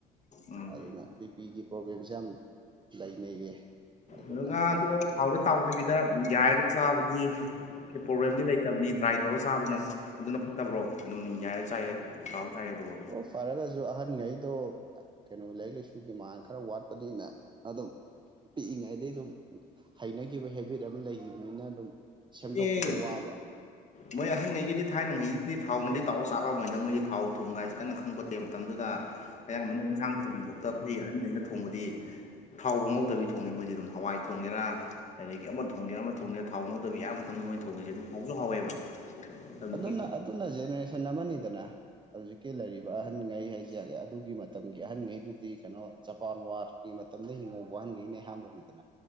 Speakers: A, on the left; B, on the right.
A: ꯎꯝ
B: ꯑꯗꯨꯅ ꯕꯤ ꯄꯤꯒꯤ ꯄ꯭ꯔꯣꯕ꯭ꯂꯦꯝꯁꯦ ꯌꯥꯝ ꯂꯩꯅꯩꯌꯦ ꯑꯗꯨꯅ
A: ꯑꯗꯣ ꯉꯥꯗꯣ ꯊꯥꯎꯗ ꯇꯥꯎꯗꯕꯤꯗ ꯌꯥꯏꯔꯒ ꯆꯥꯕꯗꯤ ꯄ꯭ꯔꯣꯕ꯭ꯂꯦꯝꯗꯤ ꯂꯩꯇꯕꯅꯤ ꯗ꯭ꯔꯥꯏ ꯇꯧꯔ ꯆꯥꯕꯅ ꯑꯗꯨꯅ ꯐꯠꯇꯕ꯭ꯔꯣ ꯑꯗꯨꯝ ꯌꯥꯏ ꯆꯥꯌꯥꯏ ꯇꯥꯎꯔ ꯆꯥꯏ ꯑꯗꯨꯕꯣ
B: ꯑꯣ ꯐꯔꯒꯁꯨ ꯑꯍꯟꯉꯩꯗꯣ ꯀꯩꯅꯣ ꯂꯥꯏꯔꯤꯛ ꯂꯥꯏꯁꯨꯒꯤ ꯃꯉꯥꯟ ꯈꯔ ꯋꯥꯠꯄꯅꯤꯅ ꯑꯗꯨꯝ ꯄꯤꯛꯏꯉꯩꯗꯩ ꯑꯗꯨꯝ ꯍꯩꯅꯈꯤꯕ ꯍꯦꯕꯤꯠ ꯑꯃ ꯂꯩꯒꯤꯕꯅꯤꯅ ꯑꯗꯨꯝ ꯁꯦꯝꯗꯣꯛꯄꯗꯣ
A: ꯑꯦ
B: ꯋꯥꯕ
A: ꯃꯣꯏ ꯑꯍꯟꯉꯩꯒꯤꯗꯤ ꯊꯥꯏꯅꯉꯩꯒꯤꯗꯤ ꯊꯥꯎꯅꯗꯤ ꯇꯥꯎ ꯆꯥꯔꯛꯑꯝꯃꯣꯏꯗ ꯃꯣꯏꯗꯤ ꯊꯥꯎ ꯊꯨꯝꯒ ꯒꯥꯏꯖꯦ ꯀꯟꯅ ꯈꯪꯄꯣꯠꯇꯦ ꯃꯇꯝꯗꯨꯗ ꯑꯌꯥꯝꯕꯅ ꯏꯟꯁꯥꯡ ꯊꯣꯡꯕ ꯇꯞꯄꯔ ꯑꯍꯟ ꯒꯩꯅ ꯊꯣꯡꯕꯗꯤ ꯊꯥꯎꯕꯨ ꯉꯧꯗꯕꯤ ꯊꯣꯡꯉꯦ ꯃꯣꯏꯗꯤ ꯑꯗꯨꯝ ꯍꯋꯥꯏ ꯊꯣꯡꯒꯦꯔꯥ ꯑꯗꯒꯤ ꯑꯃ ꯊꯣꯡꯒꯦꯔꯥ ꯑꯃ ꯊꯣꯡꯒꯦꯔꯥ ꯊꯥꯎ ꯗꯕꯤ ꯑꯌꯥꯝꯕ ꯃꯇꯝꯗ ꯃꯣꯏꯅ ꯊꯣꯡꯏꯖꯦ ꯑꯗꯨꯝ ꯍꯥꯎꯖꯨ ꯍꯥꯎꯋꯦꯕ ꯇꯝꯕꯒꯤ
B: ꯑꯗꯨꯅ ꯑꯗꯨꯅ ꯖꯦꯅꯦꯔꯦꯁꯟ ꯑꯃꯥꯅꯤꯗꯅ ꯍꯧꯖꯤꯛꯀꯤ ꯂꯩꯔꯤꯕ ꯑꯍꯟꯉꯩ ꯍꯥꯏꯖꯒꯦ ꯗꯨꯒꯤ ꯃꯇꯝꯒꯤ ꯑꯍꯟꯉꯩꯗꯨꯗꯤ ꯀꯩꯅꯣ ꯖꯄꯥꯟ ꯋꯥꯔꯒꯤ ꯃꯇꯝꯗ ꯍꯤꯡꯍꯧꯕ ꯑꯍꯥꯟꯒꯩꯅꯦ ꯍꯥꯝꯕꯅꯤꯗ